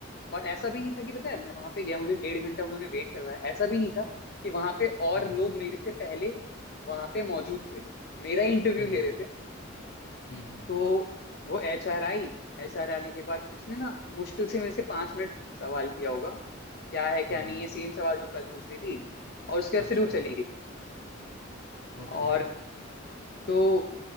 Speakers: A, on the left; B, on the left.
A: और ऐसा भी नहीं था कि पता है मैं वहां पे गया मुझे डेढ़ घंटा उन्होंने वेट करवाया ऐसा भी नहीं था कि वहां पे और
B: हम्म
A: लोग मेरे से पहले वहां पे मौजूद थे मेरा इंटरव्यू
B: हम्म
A: ले रहे थे
B: हम्म
A: तो वो एच आर आई एच आर आने के बाद उसने ना मुश्किल से मेरे से पांच मिनट सवाल किया होगा क्या है क्या
B: हम्म
A: नहीं
B: हम्म
A: है सेम
B: हम्म,
A: सवाल जो कल पूछ रही थी और उसके बाद
B: अच्छा
A: फिर वो चली गई
B: ओके
A: और तो